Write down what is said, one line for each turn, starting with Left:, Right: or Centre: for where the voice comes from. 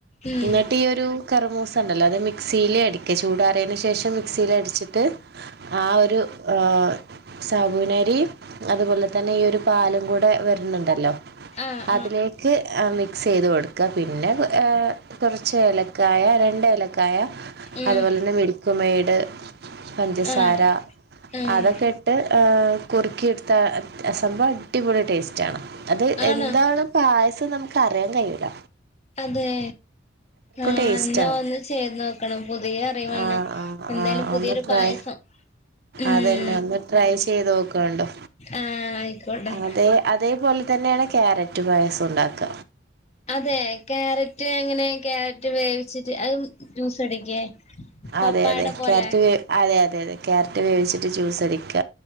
Left: ഉം
Right: ഇന്നിട്ട് ഈ ഒരു കറമൂസ ഉണ്ടല്ലോ അത് മിക്സിയില് അടിക്ക ചൂടാറിയന് ശേഷം മിക്സീല് അടിച്ചിട്ട് ആ ഒരു ഏ സാബുന ഈ അതുപോലെ തന്നെ ഈ ഒരു പാലും കൂടെ വരുന്ന്ണ്ടല്ലോ
Left: ആഹ്
Right: അതിലേക്ക് ഏ മിക്സ് ചെയ്ത് കൊടുക്ക പിന്നെ ഏഹ് കൊറച്ച് ഏലക്കായ രണ്ട് ഏലക്കായ
Left: ഉം
Right: അതുപോലെന്നെ മിൽക്ക്മേഡ് പഞ്ചസാര
Left: ആ ഏഹ്
Right: അതൊക്കെ ഇട്ട് ഏഹ് കുറുക്കിട്ത്താ അത് സംഭവം അടിപൊളി ടേസ്റ്റാണ് അത്
Left: ആണോ
Right: എന്താണ് പായസം നമുക്ക് അറിയാൻ കയ്യൂല
Left: അതെ ആ
Right: ടേസ്റ്റാണ്
Left: ഇന്നാ ഒന്ന് ചെയ്ത് നോക്കണം പുതിയ അറിവാണ്
Right: ആ ആ
Left: എന്തായാലും
Right: ആ
Left: പുതിയൊരു
Right: ഒന്ന് ട്രൈ
Left: പായസം ഉം
Right: അതന്നെ ഒന്ന് ട്രൈ ചെയ്ത് നോക്കുന്നുണ്ടോ
Left: ആഹ് അയ്ക്കോട്ടെ
Right: അതേ അതേപോലെ തന്നേണ് ക്യാരറ്റ് പായസം ഉണ്ടാക്ക
Left: അതെ ക്യാരറ്റ് എങ്ങനെ ക്യാരറ്റ് വേവിച്ചിട്ട് അത് ജ്യൂസ് അടിക്കേ? പപ്പായടെ
Right: അതെ അതെ
Left: പോലെ
Right: ക്യാരറ്റ് വേ അതെ അതെ അതെ ക്യാരറ്റ് വേവിച്ചിട്ട് ജ്യൂസടിക്ക